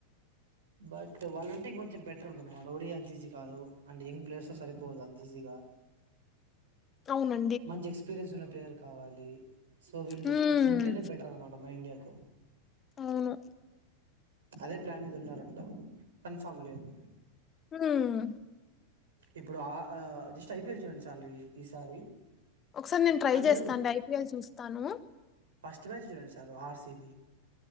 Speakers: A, on the right (about 65°); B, on the left (about 25°).
A: బట్ వాళ్ళుంటే ఇంకొంచం బెటర్ ఉంటుంది అన్నమాట ఒడి అంత ఈజీ కాదు అండ్ యంగ్ ప్లేయర్స్ సరిపోదు అంత ఈజీగా
B: అవునన్
A: మంచి ఎక్స్పీరియన్సు ఉన్న ప్లేయర్ కావాలి. సో వీళ్ళు
B: హ్మ్.
A: ఉంటేనే బెటర్ అన్నమాట మన ఇండియాకు
B: అవును.
A: అదే ప్లాన్ మీద ఉన్నారంట కన్ఫామ్ లేద్
B: ఉమ్
A: ఇప్పుడు ఆ ఆ జస్ట్ ఐ పీ ఎల్ చూడండి చాలు ఈసారి
B: ఒకసారి నేను ట్రై
A: అందు
B: చేస్తాను డై పీ ఎల్ చూస్తాను.
A: ఫస్ట్ మ్యాచ్ చూడండి చాలు ఆర్ సి బి